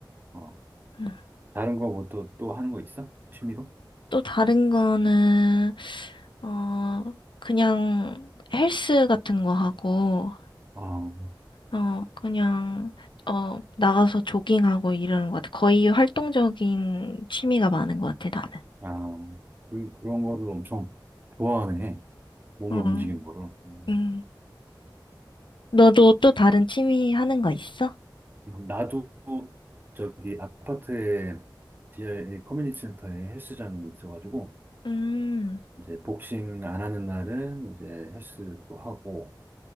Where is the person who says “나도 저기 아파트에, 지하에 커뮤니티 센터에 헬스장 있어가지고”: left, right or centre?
Right